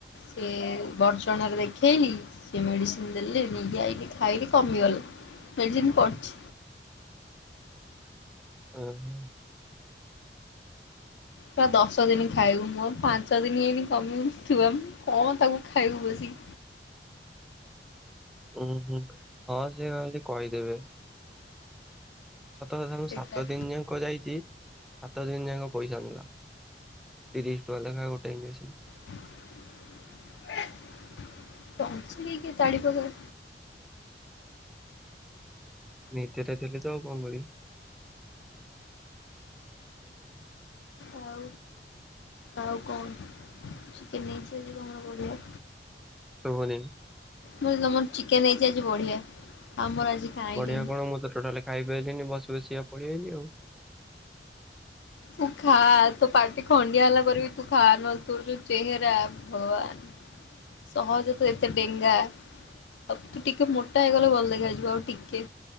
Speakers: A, on the left (about 80°); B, in the centre.
A: ସେ ବର୍ଚଣାରେ ଦେଖେଇଲି। ସିଏ ମେଡ଼ିସିନ ଦେଲେ ନେଇକି ଆଇକି ଖାଇକି କମିଗଲା ମେଡ଼ିସିନ ପଡିଛି।
B: ହଁ ହଁ।
A: ପ ଦଶ ଦିନ ଖାଇବୁ ମୁଁ ପାଞ୍ଚ ଦିନ ଏଇନି କମିବ ଥିବା କଣ ତାକୁ ଖାଇବୁ ବସି।
B: ଉୁଁ ହୁଁ ହଁ ସେ କହେ କହିଦେବେ। ସତ କଥା
A: ବେକାର
B: ସାତ ଦିନ ଯା ଯାଇଛି ସାତ ଦିନ ଯାକ ପଇସା ନେଲା ତିରିଶ ଟଙ୍କା ଲେଖାଏ ଗୋଟେ ଇଞ୍ଜେକ୍ସନ।
A: <unintelligible> ତାଡିପକେଇବ।
B: ନୀତ ରାତିକ ତ ଆଉ କଣ କରିବି
A: ଆଉ ଆଉ କଣ ଚିକେନ୍ ହେଇଛି ଆଜି ତମର ପଢିଆ।
B: ଶୁଭୂନି।
A: ମ ତମର ଚିକେନ ହେଇଛି ଆଜି ବଢିଆ ଆମର ଆଜି କାହିଁକେନି
B: ବଢିଆ କଣ ମୁଁ ତ ଟୋଟାଲି ଖାଇ ପଇଲିିନୀ ବସି ବସିଆ ପଳେଇଲି ଆଉ
A: ତୁ ଖା ତୁ ପାାର୍ଟି ଖଡିଆଲା କରିକ ତୁ ଖା ନ ହେଲେ ତୋର ଜଉ ଚେହରା ଭଗବାନ ସହଜ ତ ଏତେ ଡେଙ୍ଗା ଆବ ତ ଟିକେ ମୋଟ ଟାଗଲେ ଭଲ ଦେଖାଯ
B: ହୁଁ
A: ଆସିବ ଆଉ ଟିକ କେ